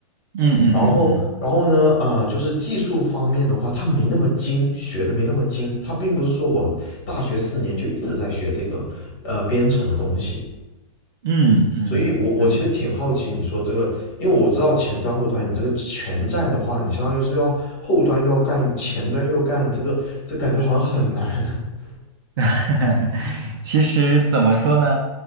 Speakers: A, on the right; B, on the left.
A: 嗯嗯嗯
B: 然后，然后呢，呃，就是技术方面的话，他没那么精，学的没那么精。他并不是说我大学四年就一直在学这个呃编程的东西，
A: 嗯嗯嗯，
B: 所以我我其实挺好奇你说这个，
A: 对。
B: 因为我知道前端后端，你这个全站的话，你相当于是要后端又要干，前端又要干，这个这感觉好像很难。<laughs>
A: <laughs> 其实怎么说呢，